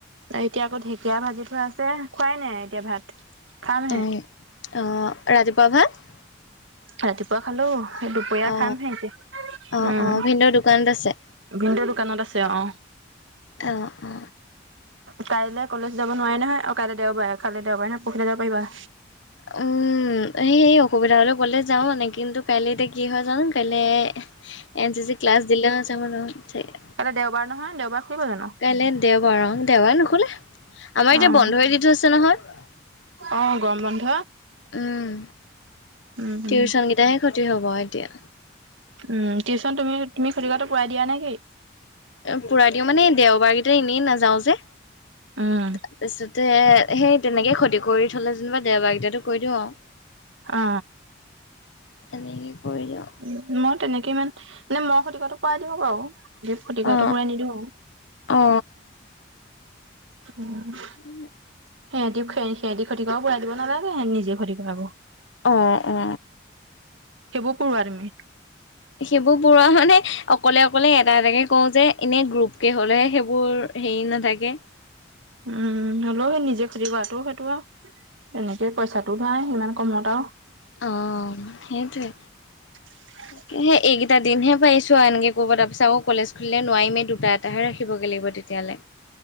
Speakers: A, on the right; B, on the left.
A: এতিয়া আকৌ ঢেঁকীয়া ভাজি থোৱা আছে খোৱাই নাই এতিয়া ভাত খামহে,
B: অ অ ৰাতিপুৱা ভাত
A: ৰাতিপুৱা খালো সে দুপৰীয়া
B: অ
A: খামহে এতিয়া
B: অ অ
A: উম।
B: ভিনিদেউৰ দোকানত আছে
A: ভিনদেউ দোকানত আছে অ
B: অ অ
A: কাইলে কলেজ যাব নোৱাৰে নহয় অ কাইলে দেওবাৰাৰে কাইলে দেওবাৰে নহয় পৰখিলে যাব পাৰিবা
B: অ উম সেই সেই অসুবিধা হ'লে গ'লে যাওঁ মানে কিন্তু কাইলে এতিয়া কি হয় জানো কাইলে এন চি চি ক্লাছ দিলে যাব নোৱাৰিম চাগে
A: কাইলে দেওবাৰ নহয় দেওবাৰ খুলিব জানো
B: কাইলে দেওবাৰ অ দেওবাৰে নুখোলে আমাৰ
A: অ',
B: এতিয়া বন্ধই দি থৈছে নহয়
A: অ', গৰম বন্ধ।
B: উম
A: উম,
B: টিউচন
A: উম,
B: কেইটা সে ক্ষতি হ'ব এতিয়া
A: উম টিউচন তুমি তুমি ফ্ৰিকাটো কৰাই দিয়া নে কি
B: পোৰাই দিওঁ মানে দেওবাৰকেইটা এনেই নাযাওঁ যে
A: উম,
B: তাৰপিছতে সেই তেনেকে ক্ষতি কৰি থলে যেনিবা দেওবাৰকেটাতো কৈ দিওঁ আও
A: অ
B: আমি এনেকে কৰি দিওঁ
A: উম মই তেনেকে ইমান মানে মই খতি কাৰাটো কৰাই দিওঁ বাৰু খতি কৰাটো
B: অ
A: পূৰাই নিদিও আও
B: অ
A: উম
B: উম
A: সিহঁতি সিহঁতি খতিকৰাটো পুৰাই দিব নালাগে সিহঁত নিজে খতিকৰাব
B: অ অ
A: সেইবোৰ কৰোৱা তুমি
B: সেইবোৰ পৰুৱা মানে অকলে অকলে এটা এটাকে কও যে এনে গ্ৰুপকে হলেহে সেইবোৰ হেৰি নাথাকে
A: উম হ'লেও সেই নিজে খতি কৰাটো সেইটো বাও এনেকে পইচাটো নোৱাই ইমান কমত আও
B: অ সেইটোৱে
A: <inaudible>
B: সেই এইকেইটা দিন হে পাইছো এনকে কৰিব তাৰ পিছত আও কলেজ খুলিলে নোৱাৰিমেই দুটা এটাহে ৰাখিবগে লাগিব তেত তিয়ালে